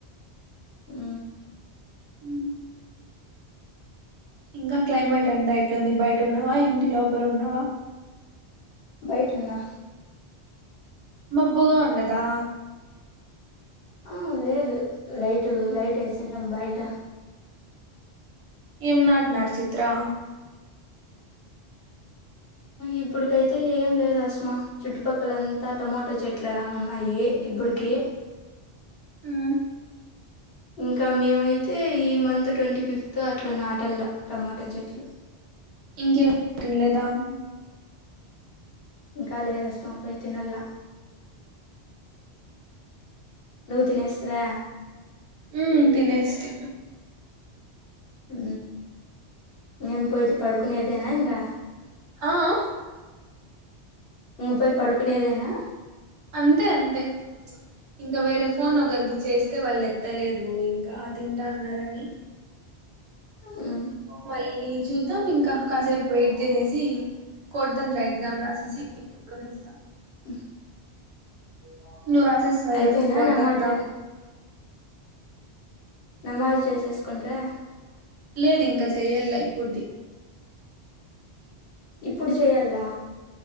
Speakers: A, on the left; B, on the right.
A: ఉ
B: హ ఇంకా క్లైమేట్ ఎంత ఎట్లుంది బయట ఉన్నవా ఇంటి లోపల ఉన్నావా
A: బయట్ ఉన్నా
B: మెబ్బుగా ఉండదా
A: ఆ లేదు లైట్ లైట్ వేసంటాం బయట
B: ఏం నాట్ నాార్ చిత్రా
A: ఇప్పుడుకైతే ఏం లేదు అస్మా చుట్టుపక్కలంతా టమాోటా చెట్లు ఉన్నాయి ఇప్పుడికి
B: హు
A: ఇంకా మేమైతే ఈ మంత్ ట్వంటీ ఫిఫ్త్ అట్లా నాటల్లా టమాటా చెట్లు
B: ఇంకేం మాం లేదా
A: ఇంకాాల లేదు అస్తమా పోయితినలా నువ్వు తినేస్తివా
B: ఉ తినేస్తి
A: అ ఏేం పోయితే పడుకునేద తనయింగా
B: ఆఆ
A: ఉ పెట్ పడుకునేదేనా
B: అంతే అంతే ఇంకా వేరే ఫోన్ ఒకరికి చేస్తే వాళ్ళు ఎత్తలేదు ఇంకా తింటా అన్నారని
A: ఆ ఉ
B: మళ్ళీ చూద్దాం ఇంకా కాసేపు వెయిట్ చేసి కొట్ తంత్రయంగ్ ఎగ్జామ్ రాసేసి కొనిస్త
A: ఆ
B: ఏక నువ్ రాసిస్తున్నావా
A: అయిపోయినా
B: ఈ రోజు ది కొడ్
A: నమాజ్
B: దపుర
A: నమాజ్ చేసేస్ కుంట్రా
B: లేదు ఇంకా చెయ్యల్లా ఇప్పుడుది
A: ఇప్పుడు చేయల్లా